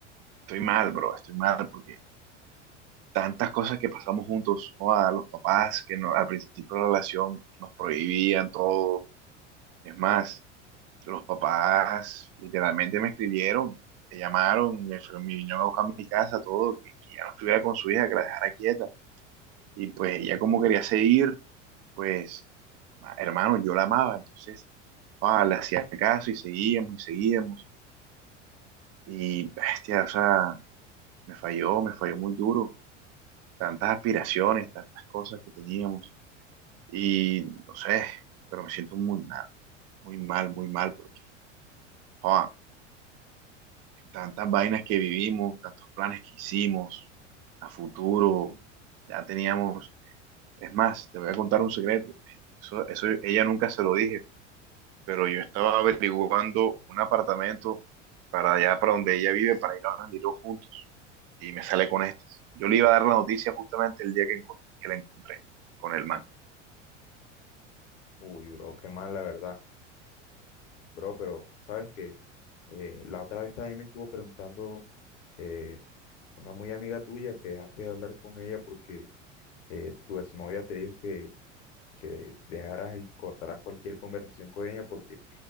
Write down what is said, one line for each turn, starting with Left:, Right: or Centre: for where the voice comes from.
Right: estoy mal, bro, estoy mal, porque tantas cosas que pasamos juntos, o a los papás que no- al principio de la relación nos prohibían todo. Es más, los papás literalmente me escribieron, me llamaron, me, fueron- me vinieron a buscar a mi casa, todo, que, que ya no estuviera con su hija, que la dejara quieta. Y pues ella como quería seguir, pues, ama- hermano, yo la amaba, entonces, ah, le hacía caso y seguíamos y seguíamos. Y, bestia, o sea, me falló, me falló muy duro. Tantas aspiraciones, tantas cosas que teníamos. Y no sé, pero me siento muy mal, muy mal, muy mal, porque joa, tantas vainas que vivimos, tantos planes que hicimos a futuro, ya teníamos. Es más, te voy a contar un secreto. Eso, eso ella nunca se lo dije, pero yo estaba averiguando un apartamento para allá, para donde ella vive, para ir a Bandido juntos. Y me sale con estas. Yo le iba a dar la noticia justamente el día que, encon- que la encontré con el man.
Left: Uy, bro, qué mal, la verdad. Bro, pero sabes que eh, la otra vez también me estuvo preguntando eh, una muy amiga tuya que dejaste de hablar con ella porque eh, tu exnovia te dijo que, que dejaras y cortaras cualquier conversación con ella porque